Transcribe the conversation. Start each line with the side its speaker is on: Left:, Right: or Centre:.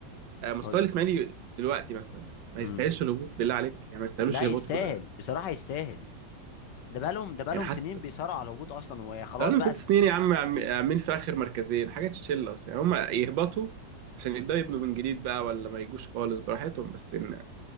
Right: آه، مستوى
Left: قول لي.
Right: الإسماعيلي دلوقتي مثلا ما
Left: أمم.
Right: يستاهلش الهبوط بالله عليك يعني ما يستاهلوش
Left: لا
Right: يهبطوا
Left: يستاهل
Right: بال-
Left: بصراحة يستاهل ده بقالهم ده بقالهم
Right: يعني حتى
Left: سنين بيصارعوا على الهبوط اصلا وخلاص
Right: ده لهم
Left: بقى
Right: ست
Left: س...
Right: سنين يا عم عم- عاملين في آخر مركزين حاجة تشيل أصلا يعني هم يهبطوا عشان يبدأوا يبنوا من جديد بقى ولا ما يجوش خالص براحتهم بس إن مش